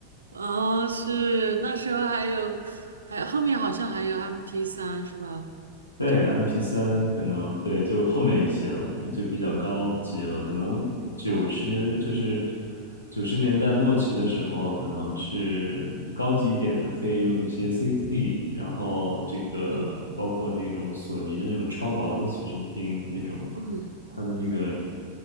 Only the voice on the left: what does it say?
对
m p 三可能对，
就后面一些了，那就比较高级了。
可能九十就是
九十年代末期的时候，可能是高级一点的，可以用一些 CD，然后这个包括那种索尼的那种超薄的随身听那种，
它的那个。